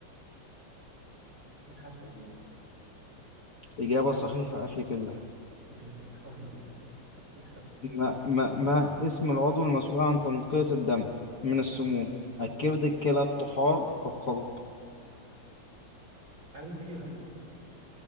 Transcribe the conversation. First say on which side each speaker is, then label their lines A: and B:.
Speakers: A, on the right (about 45°); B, on the left (about 45°).
A: الحاسوب
B: إجابة صحيحة أخي في الله
A: بإذن- الحمد لله <laughs>
B: ما, ما, ما اسم العضو المسؤول عن تنقية الدم من السموم الكبد الكلى الطحال القلب
A: الكلى